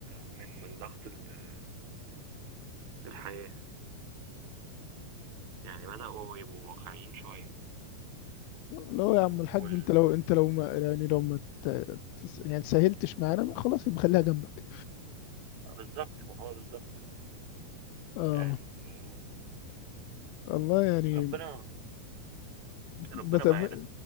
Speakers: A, on the right; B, on the left.
A: من من ضغط ال- الحياة يعني بدأوا يبقوا واقعيين شوية
B: لا هو يا عم الحاج
A: وال...
B: انت لو انت لو ما يعني لو ما ت... تس- يعني سهلتش معانا خلاص يبقى خليها جنبك
A: بالظبط ما هو بالظبط
B: اه
A: يعني
B: والله يعني
A: ربنا ربنا
B: بتم...
A: معانا